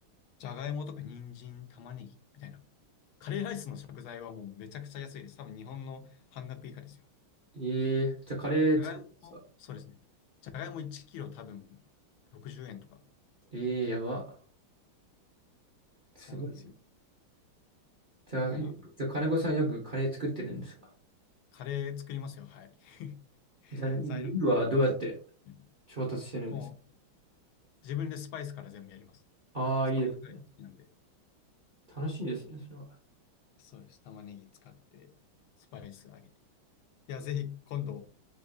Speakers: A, on the left; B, on the right.
A: じゃがいもとか人参、玉ねぎみたいな。カレーライスの食材はもうめちゃくちゃ安いです。多分日本の半額以下ですよ。
B: ええーじゃあカレー作ってますか
A: じゃがいも、そうですね。じゃがいも1キロ多分60円とか、
B: ええーやば。すごいですね。
A: そうなんですよ。
B: じゃあ、
A: だから、
B: じゃあ金子さんよくカレー作ってるんですか
A: カレー作りますよ。はい。<laughs>
B: じゃあ、ルーはどうやって
A: 材料。うん
B: 調達してるんです。
A: もう自分でスパイスから全部やります。
B: ああ、
A: スパイスが好きなんで。
B: いいです。楽しいですね、それは。
A: そうです。玉ねぎ使って、スパイスあげて。いや、ぜひ今度、